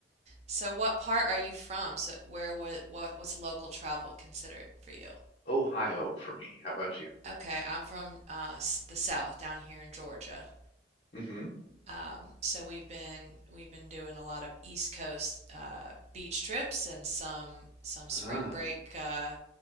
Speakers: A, on the right (about 35°); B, on the left (about 45°).
A: So what part are you from? So where what, what what's local travel considered for you?
B: Ohio for me. How about you?
A: Okay, I'm from uh, the South down here in Georgia.
B: Mm-hmm.
A: Um, so we've been we've been doing a lot of East Coast uh, beach trips and some some spring
B: Ah.
A: break uh,